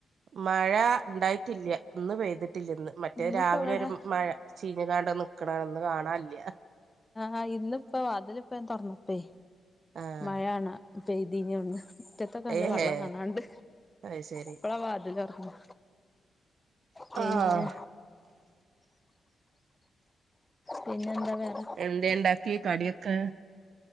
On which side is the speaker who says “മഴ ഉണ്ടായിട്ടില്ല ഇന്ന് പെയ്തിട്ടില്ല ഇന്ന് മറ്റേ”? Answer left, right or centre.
Right